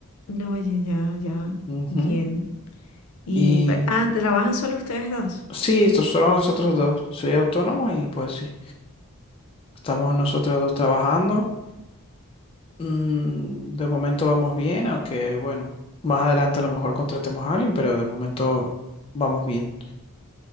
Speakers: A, on the left; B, on the left.
A: No, Oye, ya, ya.
B: Ujú.
A: Bien. Y,
B: Y
A: pero- ah, ¿trabajan solo ustedes dos?
B: sí, esto solo nosotros dos. Soy autónomo y pues sí, estamos nosotros dos trabajando. Mm, de momento vamos bien, aunque bueno, más adelante a lo mejor contratemos a alguien, pero de momento vamos bien.